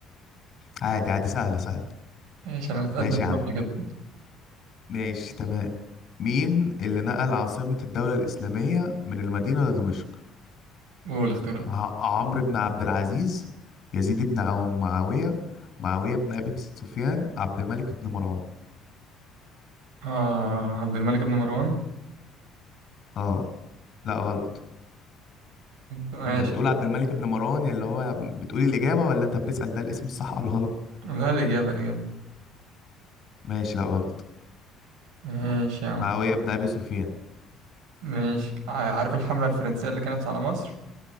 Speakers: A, on the left (about 40°); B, on the right (about 85°).
A: عادي عادي سهلة سهلة
B: ماشي انا متقدم
A: ماشي
B: بنقطة
A: يا عم
B: كده
A: ماشي تمام مين اللي نقل عاصمة الدولة الإسلامية من المدينة لدمشق
B: قول اختيارات
A: ع- عمرو بن عبد العزيز يزيد بن عو- معاوية معاوية بن أبي سفيان عبد الملك بن مروان
B: اه عبد الملك بن مروان
A: اه لا غلط
B: ماشي
A: انت بتقول
B: يا
A: عبد الملك بن مروان يعني اللي هو بتقول الإجابة ولا انت بتسأل ده الاسم الصح ولا غلط
B: عم. لا الإجابة الإجابة
A: ماشي لا غلط
B: ماشي
A: م-
B: يا عم
A: معاوية بن أبي سفيان
B: ماشي ع- عارف الحملة الفرنسية اللي كانت على مصر